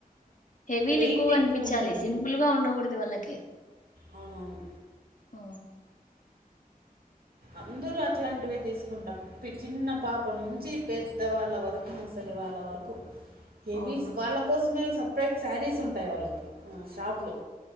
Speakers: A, on the left; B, on the right.
A: హెవీలు
B: వెయిట్
A: ఎక్కువగా అనిపించాలి
B: ఎక్కువ ఉంటుంది
A: సింపుల్ గా ఉండకూడదు వాళ్ళకే
B: అవునవును
A: ఆ
B: అందరూ అట్లాంటివే తీసుకుంటాం చిన్న పాప నుంచి పెద్ద వాళ్ళ వరకు ముసలి వాళ్ళ వరకు హెవీసు
A: అవును
B: వాళ్ళ కోసమే సపరేట్ శారీస్ ఉంటాయి వాళ్ళకి షాప్లు